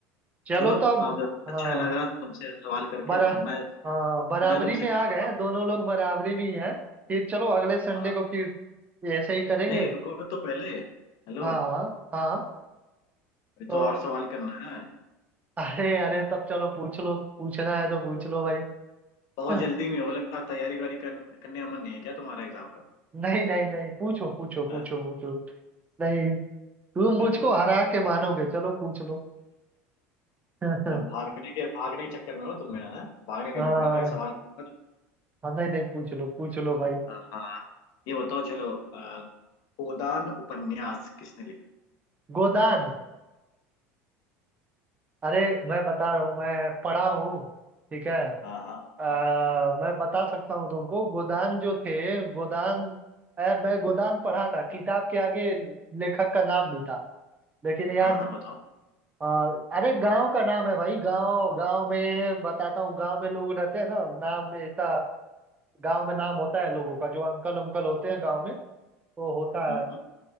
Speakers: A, on the right (about 20°); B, on the left (about 60°).
A: चलो
B: चलो
A: तब
B: अब
A: हाँ
B: अच्छा लगा तुमसे सवाल करके
A: बरा
B: अब मैं
A: हाँ बराबरी
B: मैं तुमसे
A: में आ
B: करता
A: गए
B: हूँ
A: दोनों लोग बराबरी में ही हैं फिर चलो अगले संडे
B: हाँ
A: को फिर ऐसे ही करेंगे
B: नहीं रुको तो पहले हेलो
A: हाँ हाँ
B: अभी
A: तो
B: तो और सवाल करना है
A: अरे अरे तब चलो पूछ लो पूछना है तो पूछ लो भाई
B: बहुत
A: हाँ,
B: जल्दी में हो लगता है तैयारी वारी कर, करने का मन नहीं है क्या तुम्हारा एग्जाम का
A: नहीं नहीं नहीं पूछो पूछो पूछो
B: हाँ?
A: पूछो नहीं तुम मुझको
B: <laughs>
A: हरा के मानोगे चलो पूछ लो <laughs> हाँ
B: मैं भागने के भागने के चक्कर में हो तुम्हें हाँ भागने नहीं
A: हाँ,
B: दूंगा मैं सवाल <laughs> करूंगा
A: नहीं नहीं पूछ लो पूछ लो भाई
B: तो- हाँ ये बताओ चलो अ, गोदान उपन्यास किसने लिखा
A: गोदान अरे मैं बता रहा हूँ मैं पढ़ा हूँ ठीक है
B: हाँ हाँ बताओ।
A: आ, मैं बता सकता हूँ तुमको गोदान जो थे गोदान यार मैं गोदान पढ़ा था किताब के आगे लेखक का नाम भी था लेकिन यार
B: हाँ हाँ बताओ
A: आ, अरे गांव का नाम है भाई गांव गांव में बताता हूँ गांव में लोग रहते हैं ना नाम में ऐसा गांव में नाम होता है लोगों का जो अंकल उंकल होते हैं गांव में वो होता
B: हाँ
A: है
B: हाँ।